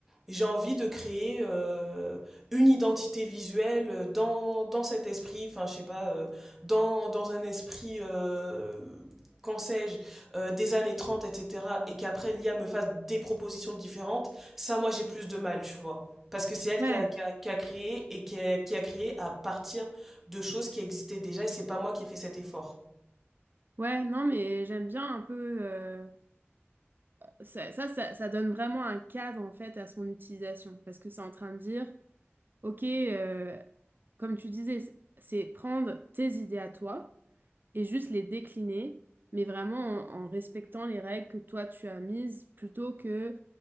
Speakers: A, in the centre; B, on the right (about 45°).
A: j'ai envie de créer euh, une identité visuelle dans, dans cet esprit, enfin, je sais pas, euh, dans, dans un esprit, euh, qu'en sais-je, euh, des années trente etc., et qu'après l'IA me fasse des propositions différentes, ça, moi, j'ai plus de mal, tu vois. Parce que c'est elle
B: Ouais.
A: qui a, qui
B: <clears throat>
A: a- qui a créé et qui a, qui a créé à partir de choses qui existaient déjà, et c'est pas moi qui ai fait cet effort.
B: Ouais, non, mais j'aime bien un peu. euh, ça, ça, ça, ça donne vraiment un cadre en fait à son utilisation parce que c'est en train de dire, ok, euh, comme tu disais, c'est c'est prendre tes idées à toi et juste les décliner, mais vraiment en, en respectant les règles que toi tu as mises plutôt que